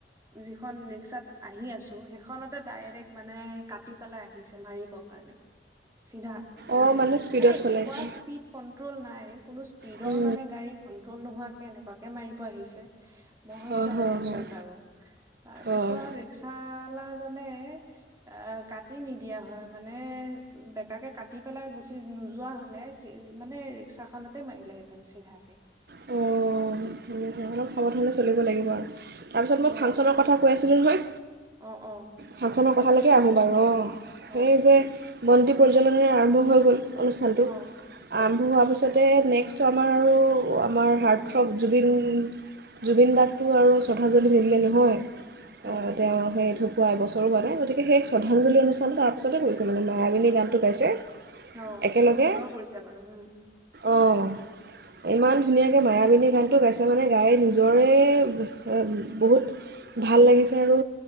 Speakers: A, on the right (about 20°); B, on the right (about 55°).
A: যিখন ৰিক্সাত আহি আছো সেইখনতে ডাইৰেক্ট মানে কাটি পেলাই আহিছে মাৰিব কাৰণে চিধা আহিছে
B: অঁ স্পীডত
A: মানে এনেকুৱা
B: চলাইছে
A: স্পীড কন পেট্ৰ'ল নাই কোনো স্পীডৰ
B: হয়
A: মানে গাড়ী কণ্ট্ৰ'ল নোহাৱা কেনেকুৱাকে মাৰিব আহিছে মই ভাবিছো
B: হয় হয়
A: আজি চেচ আৰু তাৰ পিছত
B: অঁ
A: ৰিক্সালাজনে এ কাক কাটি নিদিয়া হয় মানে বেকাকে কাটি পেলাই গুচি নোযোৱা হলে চে মানে ৰিক্সা খনতেই মাৰিলেহেঁতেন চিধাকে
B: অঁ অলপ সাৱধানে চলিব লাগিব আৰু তাৰপিছত মই
A: অ
B: ফাংচনৰ কথা কৈ আছিলোঁ নহয়
A: অ অ
B: ফাংচনৰ
A: পাছত তাৰপিছত
B: কথালৈকে আহোঁ বাৰু অঁ সেই
A: অ
B: যে বন্তি প্ৰজ্বলনৰে আৰম্ভ হৈ গ'ল অনুষ্ঠানটো
A: অ অ
B: আৰম্ভ হোৱাৰ পিছত তে নেক্সট আমাৰ আৰু আমাৰ হাৰ্টথ্ৰব জুবিন জুবিন দাকটো আৰু শ্ৰদ্ধাঞ্জলি নিদিলে নহয়
A: হয়তো
B: অ তেওঁ
A: হয়
B: সেই ধূ পোৱাই বছৰো হোৱা নাই গতি সেই শ্ৰদ্ধাঞ্জলি
A: উম
B: অনুষ্ঠানটো আৰু পাছতে পৰিছে মানে মায়াৱিনী গানটো গাইছে
A: অ
B: একেলগে
A: খুব সুন্দৰ কৰিছে বাৰু উম
B: অঁ ইমান ধুনীয়াকৈ মায়াবিনী গান টো গাইছে মানে গাই নিজৰে আ বহুত ভাল লাগিছে আৰু